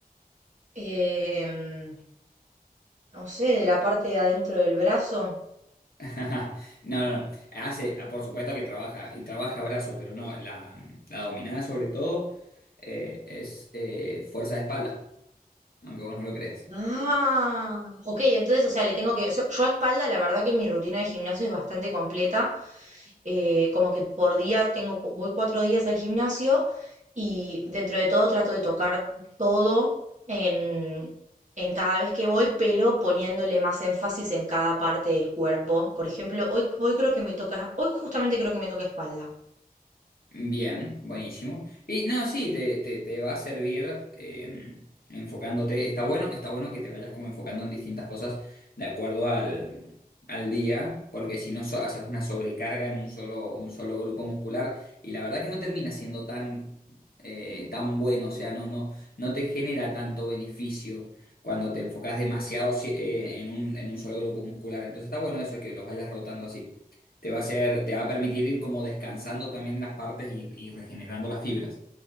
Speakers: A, on the right (about 50°); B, on the left (about 70°).
A: Em, no sé, de la parte de adentro del brazo.
B: <laughs> No, no, no. Hace, ah, por supuesto que trabaja, y trabaja brazo, pero no, la, la dominada sobre todo eh, es eh, fuerza de espalda, aunque vos no lo creas.
A: Ah, ok, entonces, o sea, le tengo que... Yo yo a espalda, la verdad que mi rutina de gimnasio es bastante completa. eh, como que por día tengo, cu- voy cuatro días al gimnasio y dentro de todo trato de tocar todo en, en cada vez que voy, pero poniéndole más énfasis en cada parte del cuerpo. Por ejemplo, hoy, hoy creo que me toca, hoy justamente creo que me toca espalda.
B: Bien, buenísimo. Y no, sí, te, te- te va a servir eh, enfocándote. Está bueno, está bueno que te vayas como enfocando en distintas cosas de acuerdo al, al día, porque si no so- haces una sobrecarga en un solo, un solo grupo muscular y la verdad que no termina siendo tan, eh, tan bueno, o sea, no, no, no te genera tanto beneficio cuando te enfocas demasiado si- eh, en un, en un solo grupo muscular. Entonces está bueno eso que los vayas rotando así. Te va a hacer, te va a permitir ir como descansando también las partes y, y regenerando las fibras.